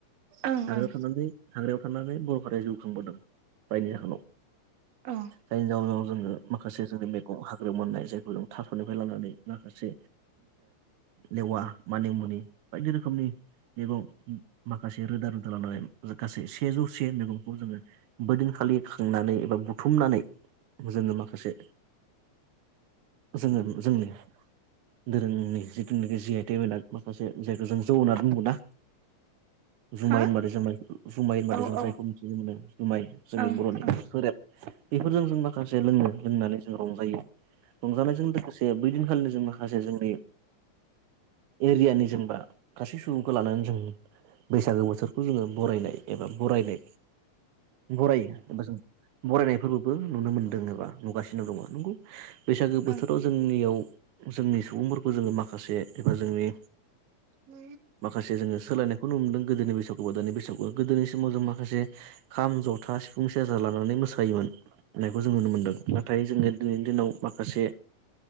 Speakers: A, on the right; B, on the right.
A: ओं
B: हाग्रायाव
A: ओं
B: थानानै हाग्रायाव थानानै बर' हारिया जिउ खांबोदों जायनि जाहोनाव
A: अ
B: जायनि जाहोनाव जोङो माखासे जोंनि मैगं हाग्रायाव मोननाय जायखौ जों थास'निफ्राय लानानै माखासे <unintelligible> लेवा मानि मुनि नि बायदि रोखोमनि मैगं माखासे रोदा रोदा लानानै गासै सेजौसे मैगंखौ जोङो बैदिनखालि खांनानै एबा बुथुमनानै जोङो माखासे जोङो जोंनि दोरोंनि जिथुनाखि जि आइ टेग होनना माखासे जायखौ जों जौ होननानै बुङोना जुमाय
A: हा
B: होनबाथाय जों जुमाय होनबाथाय
A: औ
B: जों
A: औ
B: जायखौ मिथिनो मोनो जुमाइ जोंनि
A: ओं
B: बर'नि
A: ओं
B: सेरेब बेफोरजों जों माखासे लोंनो लोंनानै जों रंजायो रंजानायजों लोगोसे बै दिनखालिनो जों माखासे जोंनि एरियानि जों बा गासै सुबुंखौ लानानै जों बैसागो बोथोरखौ जोङो बरायनाय एबा बरायनाय बरायो एबा जों बरायनायफोरबोबो नुनो मोनदों एबा नुगासिनो दङ' नंगौ बैसागो
A: ओं
B: बोथोराव जोंनियाव जोंनि सुबुंफोरखौ जोङो माखासे एबा जोंनि
A: औ
B: माखासे जोङो सोलायनायखौ नुनो मोनदों गोदोनि बैसागु गोदोनि बैसागु गोदोनि समाव जों माखासे खाम जथा सिफुं सेरजा लानानै मोसायोमोन होननायखौ जों नुनो मोनदों नाथाय जोङो दिनैनि दिनाव माखासे